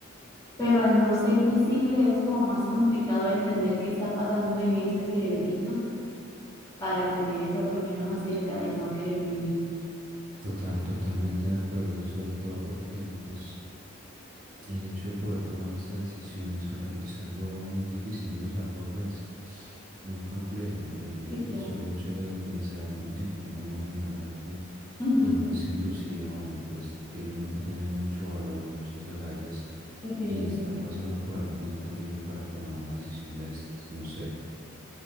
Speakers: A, on the left; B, on the right.
A: Pero al no ser visible es como más complicado de entender qué está pasando en ese cerebrito para tener esa opinión acerca de no querer vivir.
B: Total, totalmente de acuerdo y sobre todo porque pues el hecho de poder tomar esa decisión es, al- es algo muy difícil, ¿no? Es algo pues muy complejo, el, el,
A: Sí, claro,
B: el solo hecho de pensar en, en uno, en la muerte
A: Ujú.
B: y más inducida, bueno, pues tiene uno que tener mucho valor, muchas agallas
A: definitivamente.
B: y estar pasando por algo muy terrible para tomar una decisión de estas, no sé.